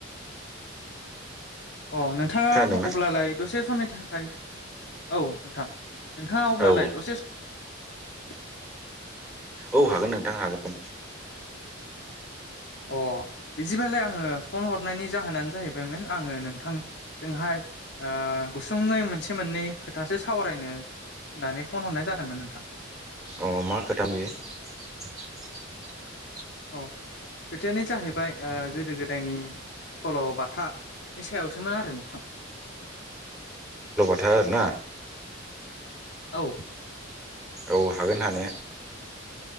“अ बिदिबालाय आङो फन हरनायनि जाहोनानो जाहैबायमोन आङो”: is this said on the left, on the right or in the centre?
Left